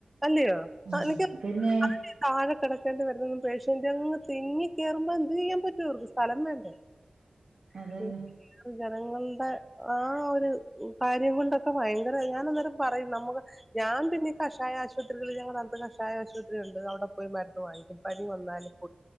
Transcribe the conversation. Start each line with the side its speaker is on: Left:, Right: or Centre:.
Centre: അല്ലിയോ
Right: ഉം
Centre: ആഹ് എനിക്ക്
Right: അതന്നെ
Centre: <inaudible> താഴ കെടക്കേണ്ടി വരുന്ന <unintelligible> പേഷ്യന്റ് അങ്ങ് - തിങ്ങി കേറുമ്പൊ എന്ത് ചെയ്യാൻ പറ്റോർക്ക് സ്ഥലം വേണ്ടേ
Right: അതന്നെ
Centre: <unintelligible> ജനങ്ങളുടെ ആ ഒരു കാര്യം കൊണ്ടൊക്കെ ഭയങ്കര ഞാനന്നേരം പറയും നമുക്ക് ഞാൻ പിന്നെ കഷായ ആശുപത്രികള് ഞങ്ങളടുത്ത് കഷായ ആശുപത്രി ഉണ്ട് അവിടെ പോയി മരുന്ന് വാങ്ങിക്കും പനി വന്നാലും <inaudible>